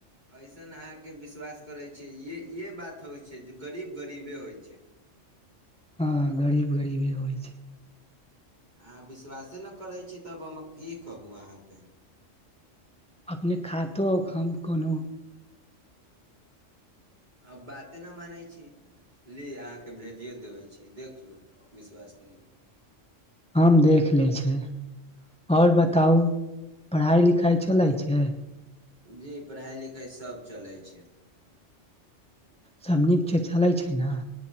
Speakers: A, on the right; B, in the centre.
A: ऐसन अहाँके विश्वास करैत छी? ई बात होइत छै जे गरीब गरीबे रहि जाइ छै।
B: हँ गरीब गरीबे होइ छै
A: अहाँ विश्वासे न करैत छी तब हम कि कहू अहाँके
B: अपने खातोक हम कोनो
A: आब बाते न मानै छी ली अहाँके भेजियो देबे छी देख लू विश्वास नहि
B: हम देख लै छै और बताउ पढ़ाई लिखाइ चलै छै
A: जी पढ़ाइ लिखाइ सब चलै छै
B: सब नीक छै चलै छै ने